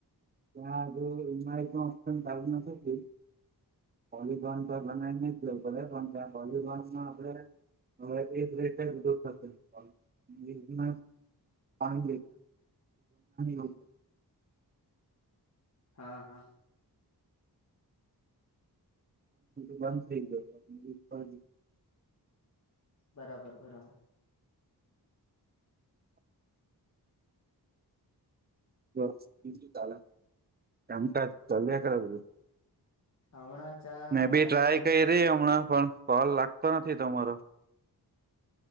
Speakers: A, on the right; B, on the left.
A: ત્યા આજ એઈ પણ ઓ ચાલુ નથી. પોલિકોન પર બનાવી નું પે પણ ત્યાં પોલિકોનમાં આપડે. હવે એ જ રેટું થશે. <unintelligible> પાજ <unintelligible>
B: હા હા.
A: બંધ થઈ ગયો.
B: બરાબર બરાબર.
A: <unintelligible> કામ કાજ ચાલ્યા કરે બધું
B: હમણા ચા
A: મે બી
B: શનિ
A: ટ્રાય
B: રવિ
A: કયરી અમણાં પણ કોલ લાગતો નથી તમારો